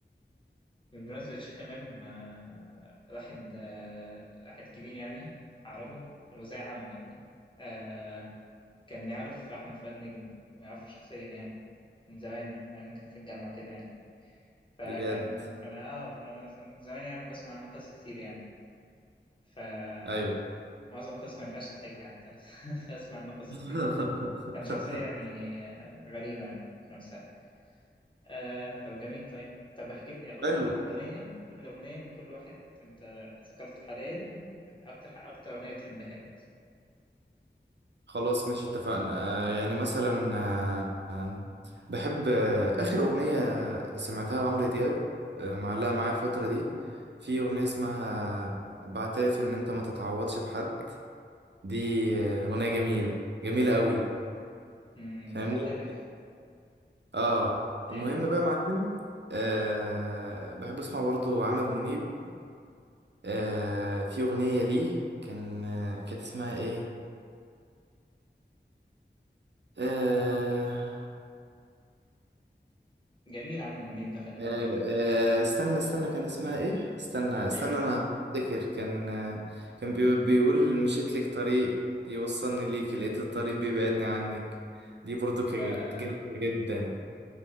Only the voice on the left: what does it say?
بمناسبة شيخ إمام آه، واحد آه، واحد كبير يعني أعرفه هو زي عم يعني آه، كان يعرف أحمد فؤاد نجم يعرفه شخصيا يعني من زمان من أيام ما كان في الجامعة وكده يعني فكان
فأنا آه فأنا من زمان يعني بسمع عنه قصص كتير يعني فمعظم
القصص ما ينفعش تتحكي حتى <laughs> بسمع عنه قصص
كتير يعني كان شخصية يعني آه، غريبة يعني في نفسها آه طب جميل طيب طب احكي لي قول
لي أغنية قول لي أغنية من كل واحد أنت ذكرته حاليا بت- أكتر أكتر أغنية بتحبها لك مثلا
أمم،
أنت معترف
أي
جميل عامر منيب ده خلي بالك
أيوه أيوه
آه